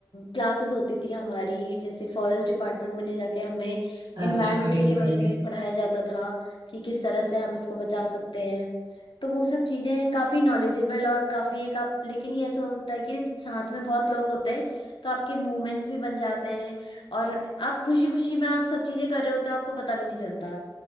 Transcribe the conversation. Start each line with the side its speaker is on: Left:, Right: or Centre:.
Left: क्लासेस होती थी हमारी जैसे फॉरेस्ट डिपार्टमेंट में ले जाके हमें
Right: अच्छा
Left: इन्वायरमेंटल
Right: बढ़िया
Left: के बारे
Right: बढ़िया
Left: में भी पढ़ाया जाता था कि किस तरह से हम इसको बचा सकते हैं तो वो सब चीजें काफी नॉलेजेबल और काफी एक आप लेकिन ये ऐसा होता है कि साथ में बहुत लोग होते हैं तो आपके मूवमेंट्स भी बन जाते हैं और आप खुशी खुशी में आप सब चीजें कर रहे होते हो आपको पता भी नहीं चलता